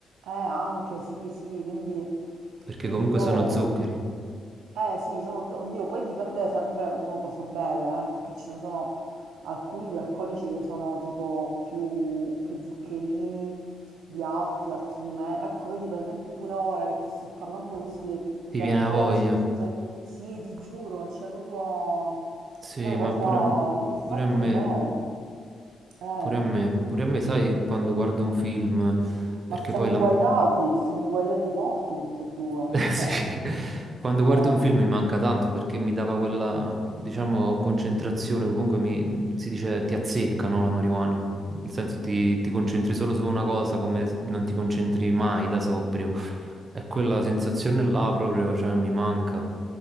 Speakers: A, on the right; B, on the right.
A: eh, anche sì, sì, quindi,
B: perché
A: quindi
B: comunque
A: io,
B: sono zuccheri.
A: eh sì, sono, oddio, poi dipende sempre uno cosa beve, eh, perché ce ne sono alcuni di alcolici che sono tipo più, più zuccherini di altri, altri di meno. Ecco, vedi per esempio pure ora che ti sto parlando così che- di
B: Ti viene
A: alcolici,
B: la voglia.
A: zuccheri, sì, ti giuro, c'è proprio
B: Sì,
A: è una
B: ma
A: cosa
B: pure,
A: più forte
B: pure a me,
A: di me. Eh.
B: pure a me, pure a me, sai, quando guardo un film, perché
A: Ma siamo
B: poi
A: inguaiati,
B: la,
A: siamo inguaiati forte tutte e due,
B: <laughs> Eh,
A: cioè,
B: sì. Quando guardo
A: eh.
B: un film mi manca tanto perché mi dava quella, diciamo, concentrazione, comunque mi, si dice ti azzecca, no, la marijuana. Nel senso ti, ti concentri solo su una cosa come se non ti concentri mai da sobrio. E quella sensazione là proprio, cioè, mi manca.